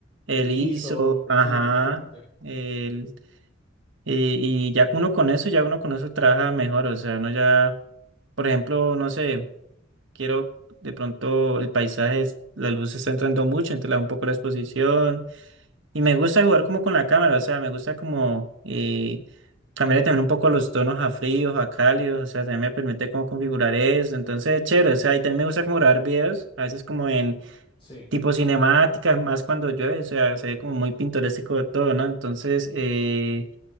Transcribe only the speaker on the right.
el
ISO,
ajá,
el, y, y ya que uno con eso, ya uno con eso trabaja mejor, o sea, uno ya, por ejemplo, no sé, quiero de pronto el paisaje, es- la luz está entrando mucho, entonces le da un poco la exposición, y me gusta jugar como con la cámara, o sea, me gusta como eh, cambiarle también un poco los tonos a fríos, a cálidos, o sea, también me permite como configurar eso, entonces chévere, o sea, y también me gusta como grabar videos, a veces como en
tipo cinemáticas, más cuando llueve, o sea, se ve como muy pintoresco todo, ¿no? Entonces, eh,